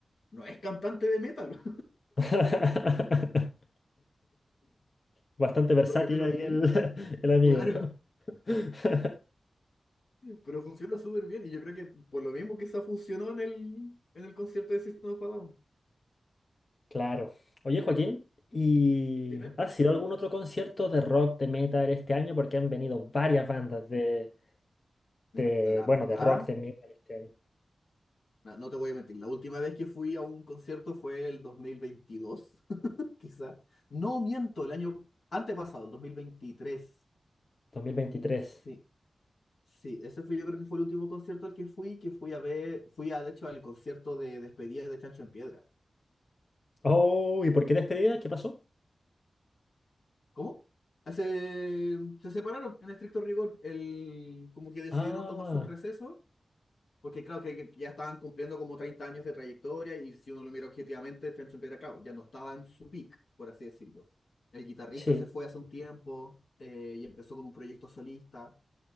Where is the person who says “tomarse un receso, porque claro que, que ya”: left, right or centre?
Left